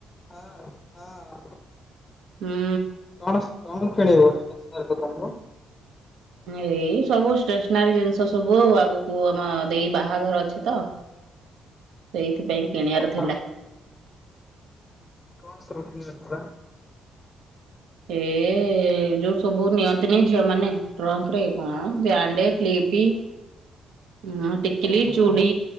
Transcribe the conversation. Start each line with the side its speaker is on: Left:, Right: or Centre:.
Left: ହଁ -ହଁ।
Right: ହୁଁ।
Left: କଣ କଣ କିଣିବୁ ଷ୍ଟେସନାରୀ ଦୋକାନରୁ?
Right: ଏଇ ସବୁ ଷ୍ଟେସନାରୀ ଜିନିଷ ସବୁ ଆଉ ଆଗକୁ ଆମ ଦେଇ ବାହାଘର ଅଛି ତ। ସେଇଥିପାଇଁ କିଣିବାର
Left: ହଁ
Right: ଥିଲା।
Left: କଣ ସବୁ କିଣିବାର ଥିଲା?
Right: ଏ ଏଇ ଯଉ ସବୁ ନିଅନ୍ତିନି ଝିଅ ମାନେ ଟ୍ରଙ୍କ୍ ରେ କଣ ବ୍ୟାଣ୍ଡେ, କ୍ଲିପି, ଉଁ- ଟିକିଲି,
Left: ଓହୋ।
Right: ଚୁଡି,